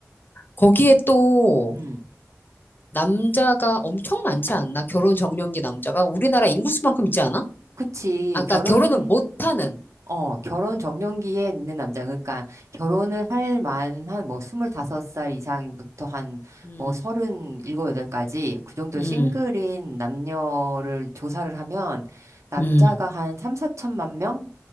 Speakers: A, on the left; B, on the right.
A: 거기에 또,
B: 음.
A: 남자가 엄청 많지 않나? 결혼 적령기 남자가? 우리나라 인구수만큼 있지 않아? 아,
B: 그치.
A: 그러니까
B: 결혼
A: 결혼을 못하는,
B: 어, 결혼 적령기에 있는 남자. 그러니까 결혼을 할 만한 뭐 25살 이상부터 한
A: 음,
B: 뭐 37, 8까지 그 정도
A: 음,
B: 싱글인 남녀를 조사를 하면 남자가
A: 음.
B: 한 3, 4천만 명?